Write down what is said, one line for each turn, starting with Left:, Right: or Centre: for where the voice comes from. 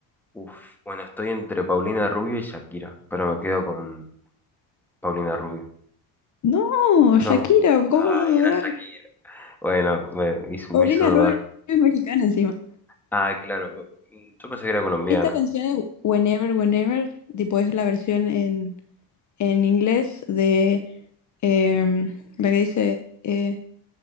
Centre: Uf, bueno, estoy entre Paulina Rubio y Shakira, pero me quedo con Paulina Rubio.
Left: No,
Centre: No.
Left: Shakira, ¿cómo
Centre: Ay,
Left: vas a dudar?
Centre: era Shakira. Bueno, me hizo,
Left: Paulina
Centre: me hizo dudar.
Left: Rubio es mexicana encima.
Centre: Ah, claro, mm, yo pensé que era colombiana.
Left: Esta canción es Whenever, Whenever, tipo es la versión en, en inglés de em, la que dice... eh,